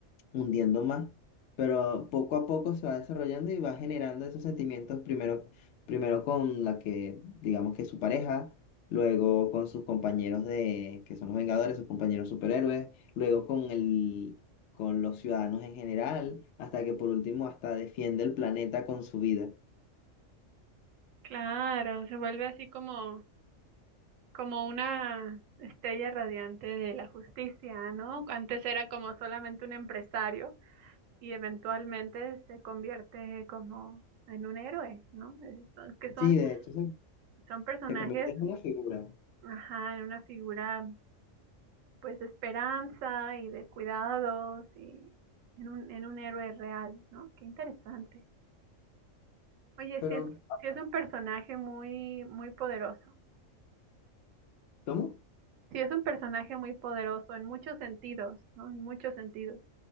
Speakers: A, on the left; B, on the right.
A: hundiendo más, pero poco a poco se va desarrollando y va generando esos sentimientos primero, primero con la que, digamos que es su pareja, luego con sus compañeros de, que son los Vengadores, sus compañeros superhéroes, luego con el, con los ciudadanos en general, hasta que por último hasta defiende el planeta con su vida.
B: Claro, se vuelve así como, como una estrella radiante de la justicia, ¿no? Antes era como solamente un empresario y eventualmente se convierte como en un héroe, ¿no? Es- son- Que son,
A: Sí, de hecho se,
B: son personajes
A: se convierte en una figura,
B: Ajá, en una figura pues de esperanza y de cuidados y en un, en un héroe real, ¿no? Qué interesante. Oye,
A: pero
B: sí es, sí es un personaje muy, muy poderoso.
A: ¿cómo?
B: Sí es un personaje muy poderoso en muchos sentidos, ¿no? En muchos sentidos.